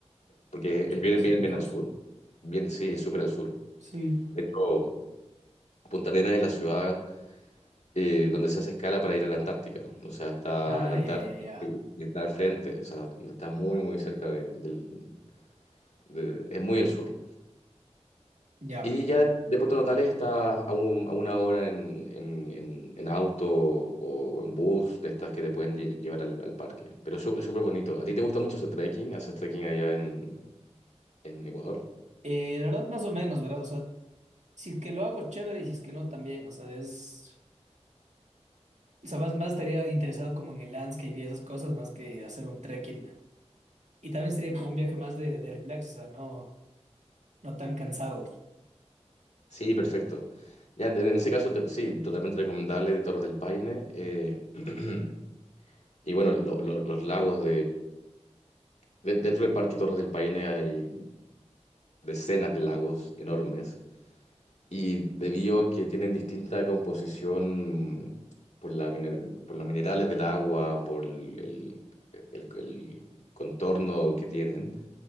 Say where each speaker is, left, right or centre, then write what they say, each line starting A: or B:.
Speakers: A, on the left (about 75°); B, on the right (about 85°).
A: porque
B: Ah, chuta,
A: es bien,
B: así
A: bien,
B: está lejos.
A: bien al sur. Bien, sí, es súper al sur.
B: Sí.
A: De hecho, Punta Arenas es la ciudad eh, donde se hace escala para ir a la Antártica. O sea, está
B: Ah,
A: la Antártica
B: ya, ya, ya. Ya.
A: y está al frente, o sea, está muy, muy cerca de, del, de- es muy al sur.
B: Ya.
A: Y ya de, de Puerto Natales está a, un- a una hora en, en- en- en auto o en bus, de estas que te pueden lle- llevar al, al parque. Pero es su- es súper bonito. ¿A ti te gusta mucho ese trekking? ¿Haces trekking allá en, en Ecuador?
B: Eh, la verdad, más o menos, ¿verdad? O sea, Si es que lo hago chévere y si es que no también, o sea, es... O sea, más, más estaría interesado como en el landscape y esas cosas más que hacer un trekking. Y también sería como un viaje más de, de relax, o sea, no, no tan cansado.
A: Sí, perfecto. Ya, en, en ese caso, te- sí, totalmente recomendable de Torres del Paine. eh, <clears throat> Y bueno, lo- lo- los lagos de- dentro del Parque Torres del Paine hay decenas de lagos enormes y debido a que tienen distinta composición mm, por la miner- por los minerales del agua, por el, el- el- el contorno que tienen,